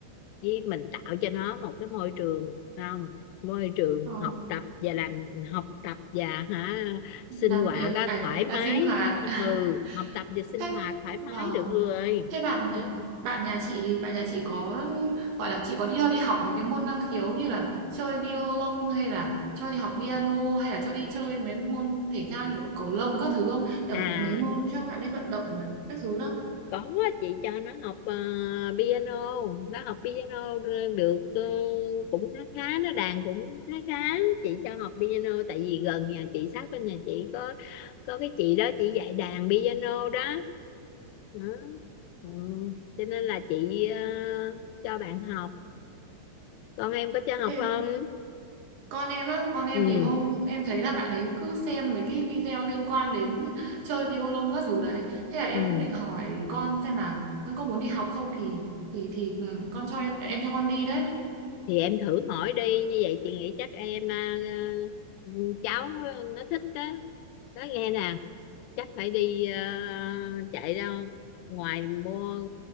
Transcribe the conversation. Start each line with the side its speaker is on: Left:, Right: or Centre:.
Left: với mình tạo cho nó một cái môi trường không môi trường
Right: Ờ,
Left: học tập và làm học tập và hả
Right: làm
Left: sinh hoạt
Right: việc
Left: á,
Right: à
Left: thoải
Right: là
Left: mái
Right: sinh hoạt <laughs>
Left: ừ học tập và sinh
Right: thế
Left: hoạt thoải mái
Right: vâng
Left: được rồi
Right: thế bạn nhà
Left: ừ.
Right: bạn nhà chị bạn nhà chị có gọi là chị có đi cho đi học mấy cái môn năng khiếu như là chơi violon hay là cho đi học piano hay là cho đi chơi mấy môn thể thao như kiểu cầu lông các thứ không kiểu
Left: à
Right: mấy môn cho bạn ấy vận động rồi các thứ đó
Left: có chị cho nó học ờ, piano nó học piano được ờ, cũng khá khá nó đàn cũng khá khá chị cho học piano tại vì gần nhà chị sát bên nhà chị có có cái chị đó chị dạy đàn piano đó, đó. Ừ. cho nên là chị ờ, cho bạn học con em có cho học
Right: thế
Left: không
Right: con em á con em
Left: ừ.
Right: thì hôm em thấy là bạn ấy cứ xem mấy cái video liên quan đến chơi violon các thứ đấy thế là em
Left: ừ.
Right: cũng định hỏi con xem là con có muốn đi học không thì thì thì ừ, con cho em em cho con đi đấy
Left: thì em thử hỏi đi như vậy chị nghĩ chắc em ờ, ừ, cháu nó, nó thích đó nói nghe nè chắc phải đi ờ, chạy ra ngoài mua